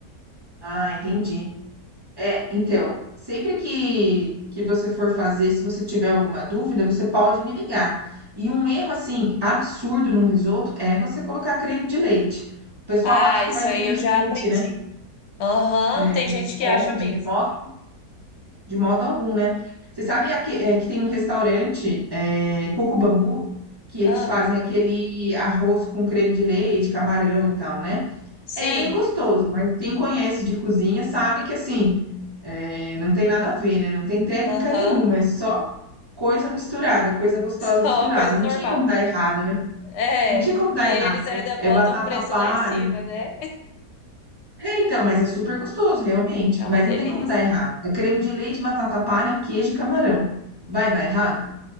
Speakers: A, on the right (about 20°); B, on the left (about 75°).
A: Ah, entendi. É, então, sempre que, que você for fazer, se você tiver alguma dúvida, você pode me ligar. E um erro, assim, absurdo num risoto é você colocar creme de leite. O pessoal
B: Ah,
A: acha que
B: isso
A: vai creme
B: aí eu
A: de
B: já
A: leite,
B: aprendi.
A: né?
B: Aham,
A: É,
B: tem
A: não
B: gente que
A: pode,
B: acha mesmo.
A: de modo, de modo algum, né? Você sabe aque- é, que tem um restaurante, é, Coco Bambu, que eles
B: Ah,
A: fazem aquele arroz com creme de leite, camarão e tal, né?
B: sim.
A: É bem gostoso, mas quem conhece de cozinha sabe que assim, eh, não tem nada a ver, né? Não tem técnica
B: Aham.
A: nenhuma, é só coisa misturada, coisa
B: <laughs>
A: gostosa
B: Só
A: misturada.
B: uma coisa
A: Não
B: normal.
A: tinha como dar errado, né?
B: É,
A: Não tinha como dar
B: e eles
A: errado,
B: ainda
A: né?
B: botam
A: É batata
B: um preço
A: palha.
B: lá em cima, né?
A: É, então, mas é super gostoso, realmente.
B: É uma
A: Mas
B: delícia.
A: não tem como dar errado. É creme de leite, batata palha, queijo e camarão. Vai dar errado?